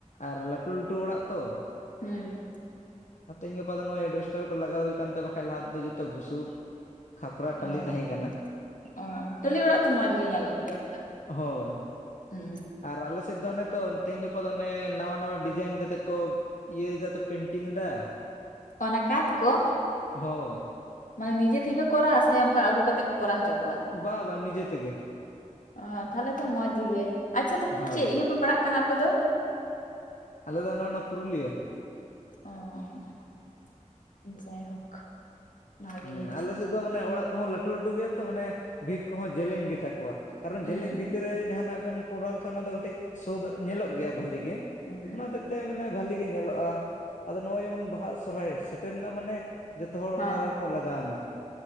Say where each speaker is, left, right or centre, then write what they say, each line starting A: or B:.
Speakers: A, on the left; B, on the left.
A: ᱟᱨ ᱞᱟᱹᱴᱩ ᱞᱟᱹᱴᱩ ᱚᱲᱟᱜ ᱛᱚ ᱾
B: ᱦᱩᱸ᱾
A: ᱛᱮᱦᱮᱧ ᱜᱟᱯᱟ ᱫᱚ ᱱᱚᱭ ᱮᱰᱵᱮᱥᱴᱟᱨ ᱠᱚ ᱞᱟᱜᱟᱣ ᱦᱩᱭ ᱠᱟᱱ ᱛᱮ ᱵᱟᱠᱷᱟᱱ ᱞᱟᱦᱟ ᱛᱮ ᱫᱚ ᱡᱚᱛᱚ ᱵᱩᱥᱩᱵ ᱠᱷᱟᱯᱨᱟ ᱴᱟᱹᱞᱤ
B: ᱚ
A: ᱛᱟᱦᱮᱸ ᱠᱟᱱᱟ᱾
B: ᱚ ᱴᱟᱹᱞᱤ ᱚᱲᱟᱜ ᱛᱚ ᱢᱚᱸᱡᱽ ᱜᱮ ᱧᱮᱞᱚᱜ ᱜᱮᱭᱟ
A: ᱦᱳᱭ
B: ᱦᱩᱸ᱾
A: ᱟᱨ ᱟᱞᱮᱥᱮᱫ ᱫᱚ ᱚᱱᱮ ᱛᱚ ᱛᱮᱦᱤᱧ ᱜᱟᱯᱟ ᱫᱚ ᱚᱱᱮ ᱱᱟᱣᱟ ᱱᱟᱣᱟ ᱰᱤᱡᱟᱭᱤᱱ ᱠᱟ ᱠᱟᱛᱮᱫ ᱠᱚ ᱤᱭᱟᱹᱭ ᱫᱟᱛᱚ ᱯᱮᱱᱴᱤᱝ ᱫᱟ᱾
B: ᱚᱱᱟ ᱠᱟᱸᱛ ᱠᱚ?
A: ᱦᱳᱭ᱾
B: ᱢᱟᱱᱮ ᱱᱤᱡᱮ ᱛᱮᱠᱚ ᱠᱚᱨᱟᱣᱟ ᱥᱮ ᱚᱱᱠᱟ ᱟᱹᱜᱩ ᱠᱟᱛᱮ ᱠᱚ ᱠᱚᱨᱟᱣ ᱦᱚᱪᱚ ᱠᱚᱣᱟ
A: ᱵᱟ ᱵᱟ ᱱᱤᱡᱮ ᱛᱮᱜᱮ᱾
B: ᱚ ᱛᱟᱦᱞᱮ ᱛᱚ ᱢᱚᱡᱽ ᱜᱮ ᱟᱪᱪᱷᱟ ᱛᱟᱦᱞᱮ
A: ᱦᱳᱭ
B: ᱪᱮᱫ ᱤᱭᱟᱹᱯᱮ ᱯᱟᱲᱟᱜ ᱠᱟᱱᱟ ᱟᱯᱮ ᱫᱚ?
A: ᱟᱞᱮ ᱫᱚ ᱱᱚᱸᱜᱼᱚᱱᱟ ᱯᱩᱨᱩᱞᱤᱭᱟᱹ᱾
B: ᱚᱸ᱾ ᱡᱟᱭᱦᱳᱠ᱾ ᱵᱷᱟᱜᱮ
A: ᱦᱩᱸ
B: ᱡᱤᱱᱤᱥ
A: ᱟᱞᱮᱥᱮᱫ ᱫᱚ ᱢᱟᱱᱮ ᱚᱲᱟᱜ ᱠᱚᱦᱚᱸ ᱞᱟᱹᱴᱩ ᱞᱟᱹᱴᱩ ᱜᱮᱭᱟ ᱛᱚ ᱢᱟᱱᱮ ᱵᱷᱤᱛ ᱠᱚᱦᱚᱸ ᱡᱮᱞᱮᱧ ᱜᱮᱛᱟ ᱠᱚᱣᱟ ᱠᱟᱨᱚᱱ
B: ᱦᱩᱸ
A: ᱡᱮᱞᱮᱧ ᱵᱷᱤᱛ ᱨᱮ ᱡᱟᱦᱟᱸᱱᱟᱜ ᱵᱮᱱ ᱠᱚᱨᱟᱣ ᱞᱮᱠᱷᱟᱱ ᱚᱱᱟ ᱫᱚ ᱠᱟᱹᱴᱤᱡ ᱥᱳ ᱫᱚ ᱧᱮᱞᱚᱜ ᱜᱮᱭᱟ ᱵᱷᱟᱞᱤ ᱜᱮ,
B: ᱦᱩᱸ
A: ᱚᱱᱟ ᱦᱚᱛᱮᱡ ᱛᱮ ᱢᱟᱱᱮ ᱵᱷᱟᱞᱤ ᱜᱮ ᱧᱮᱞᱚᱜᱼᱟ ᱟᱫᱚ ᱱᱚᱸᱜᱼᱚᱭ ᱡᱮᱢᱚᱱ ᱵᱟᱦᱟ ᱥᱚᱨᱦᱟᱭ ᱥᱮᱴᱮᱨ ᱱᱟ ᱢᱟᱱᱮ ᱡᱷᱚᱛᱚ ᱦᱚᱲ
B: ᱦᱮᱸ
A: ᱚᱱᱟᱨᱮ ᱠᱚ ᱞᱟᱜᱟᱣ ᱱᱟ᱾